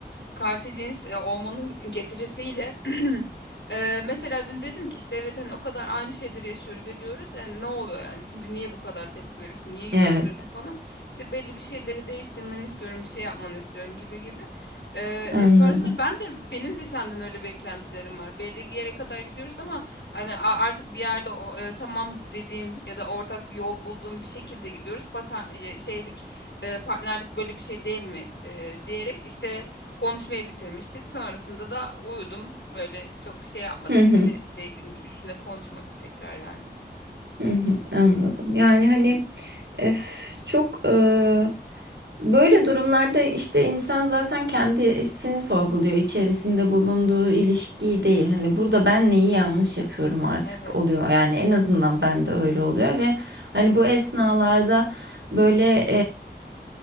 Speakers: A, on the left (about 85°); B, on the right (about 85°).
A: karşı cins e, olmanın getirisiyle <clears throat> e, mesela dün dedim ki işte evet hani o kadar aynı şeyleri yaşıyoruz ediyoruz yani ne oluyor yani şimdi niye bu kadar tepki veriyorsun niye yükseliyorsun
B: Evet.
A: falan işte belli bir şeyleri değiştirmeni istiyorum bir şey yapmanı istiyorum gibi gibi E,
B: anladım.
A: e, sonrasında ben de benim de senden öyle beklentilerim var belli bir yere kadar gidiyoruz ama hani a- artık bir yerde o, e, tamam dediğim ya da ortak bir yol bulduğum bir şekilde gidiyoruz Pata- e, şeylik e, partnerlik böyle bir şey değil mi e, diyerek işte konuşmayı bitirmiştik. Sonrasında da uyudum. Böyle çok şey yapmadık.
B: Hı hı.
A: Öyle de üstüne konuşmadık tekrar yani.
B: Hı hı. Anladım. Yani hani öf, çok e, Böyle durumlarda işte insan zaten kendisini sorguluyor içerisinde bulunduğu ilişkiyi değil. Hani burada ben neyi yanlış yapıyorum artık
A: Evet.
B: oluyor. Yani en azından ben de öyle oluyor ve hani bu esnalarda böyle